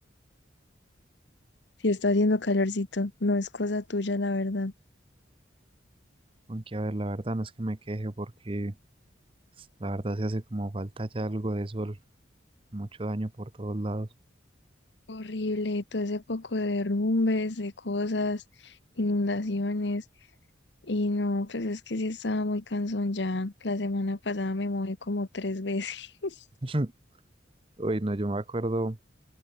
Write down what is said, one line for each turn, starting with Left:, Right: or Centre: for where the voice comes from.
Left: sí está haciendo calorcito. No es cosa tuya, la verdad.
Right: Aunque a ver, la verdad no es que me queje porque la verdad se hace como falta ya algo de sol. Mucho daño por todos lados.
Left: Horrible. Todo ese poco de derrumbes, de cosas, inundaciones. Y no, pues es que sí estaba muy cansón ya. La semana pasada me mojé como tres veces. <laughs>
Right: <laughs> Uy, no, yo me acuerdo